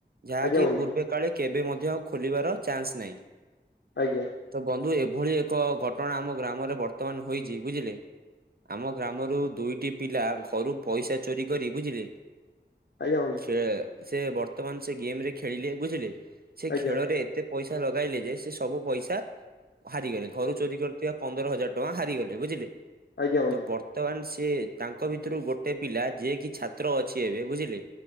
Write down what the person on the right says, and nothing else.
ଯାହାକି
ପୂର୍ବେ କାଳେ କେବେ ମଧ୍ୟ ଖୋଲିବାର ଚାନ୍ସ ନାହିଁ।
ତ ବନ୍ଧୁ ଏଭଳି ଏକ ଘଟଣା ଆମ ଗ୍ରାମରେ ବର୍ତ୍ତମାନ ହୋଇଛି ବୁଝିଲେ? ଆମ ଗ୍ରାମରୁ ଦୁଇଟି ପିଲା ଘରୁ ପଇସା ଚୋରି କରି ବୁଝିଲେ?
ସେ ବର୍ତ୍ତମାନ ସେ ଗେମ ରେ ଖେଳିଲେ ବୁଝିଲେ ସେ
ଖେଳରେ ଏତେ ପଇସା ଲଗାଇଲେ ଯେ ସେ ସବୁ ପଇସା ହାରିଗଲେ ଘରୁ ଚୋରି କରି ଥିବା ପନ୍ଦର ହଜାର ଟଙ୍କା ହାରିଗଲେ ବୁଝିଲେ
ତ ବର୍ତ୍ତମାନ ସେ ତାଙ୍କ ଭିତରୁ ଗୋଟେ ପିଲା ଯିଏ କିି ଛାତ୍ର ଅଛି ଏବେ ବୁଝିଲେ?